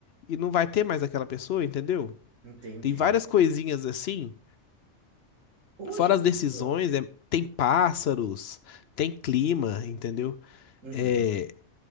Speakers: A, on the left; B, on the right.
A: e não vai ter mais aquela pessoa, entendeu?
B: entendi.
A: Tem várias coisinhas assim
B: Poxa,
A: Fora as decisões,
B: bacana.
A: é- tem pássaros, tem clima, entendeu?
B: Uhum,
A: É,